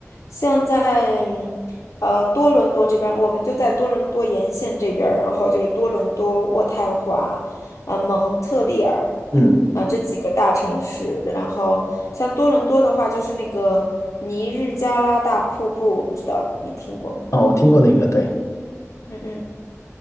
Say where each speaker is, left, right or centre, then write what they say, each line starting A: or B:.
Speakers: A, on the left; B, on the left.
A: 像在嗯呃多伦多这边儿我们就在多伦多沿线这边儿然后就是多伦多、渥太华。呃蒙特利尔
B: 嗯，
A: 啊、呃这几个大城市。然后像多伦多的话，就是那个尼日加拉大瀑布，我不知道你听过没？
B: 哦，我听过那个，对，
A: 嗯嗯。